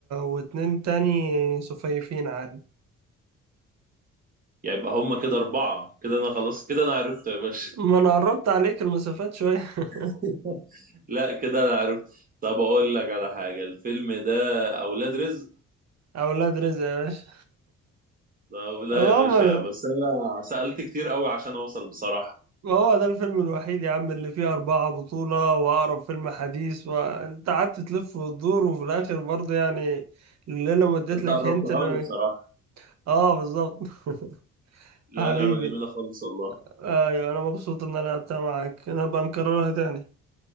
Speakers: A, on the right; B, on the right.
A: واتنين تاني سفيفين عادي
B: يعني يبقى هم كده أربعة كده أنا خلاص كده أنا عرفت يا باشا
A: ما انا قربت عليك المسافات شوية <laughs>
B: <laughs> لا كده أنا عرفت طب أقول لك على حاجة الفيلم ده أولاد رزق
A: اولاد رزق يا باشا
B: طب لا
A: هو
B: يا باشا
A: ده
B: بس أنا سألت كتير قوي عشان أوصل بصراحة
A: ما هو ده الفيلم الوحيد يا عم اللي فيه أربعة بطولة وأقرب فيلم حديث وأنت قعدت تلف وتدور وفي الآخر برضه يعني الليلة ما اديت
B: أنت
A: لك
B: قربتها
A: هنت اللي...
B: لي بصراحة
A: آه بالظبط <laughs>
B: لا
A: حبيبي
B: لعبة جميلة خالص والله
A: أيوة أنا مبسوط إن أنا لعبتها معاك أنا بنكررها تاني